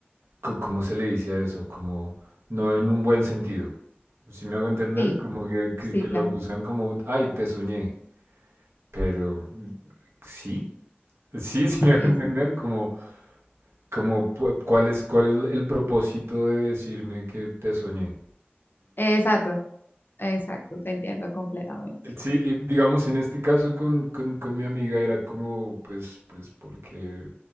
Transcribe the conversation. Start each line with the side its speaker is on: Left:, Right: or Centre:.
Right: co- ¿cómo se le dice a eso? Como no en un buen sentido. Si me hago entender,
Left: Sí,
Right: como que, que,
Left: sí,
Right: que lo
Left: claro,
Right: usan como, ay, te soñé. Pero, sí, sí, <laughs> sí me
Left: sí,
Right: hago entender,
Left: sí.
Right: como, como, pu- ¿cuál es, cuál es el propósito de decirme que te soñé?
Left: Exacto, exacto, te entiendo completamente.
Right: Sí, y digamos en este caso con, con, con mi amiga era como, pues, pues porque,